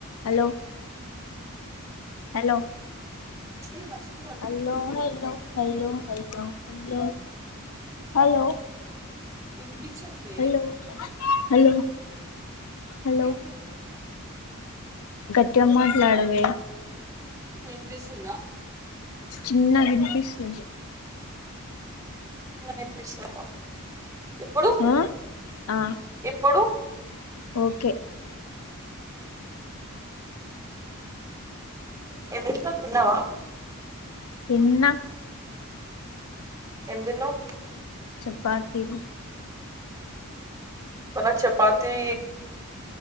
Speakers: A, on the left; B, on the right.
A: Hello hello
B: ఏ వర్షం పడుతుంది
A: అల్లో హల్లో హైల్లో హెల్లో హలో
B: వినిపించట్లే
A: హలో హలో హలో
B: ఏహే
A: గట్టిగా మాట్లాడవే
B: వినుపిస్తుందా
A: చిన్న వినిపిస్తుంది
B: అనిపిస్తుందా ఇప్పుడు
A: ఆ ఆ
B: ఇప్పుడు
A: ఓకే
B: ఏం చేస్తున్నావ్ తిన్నావా
A: తిన్న
B: ఏం తిన్నావ్
A: చపాతీలు
B: వాళ్ల చపాతి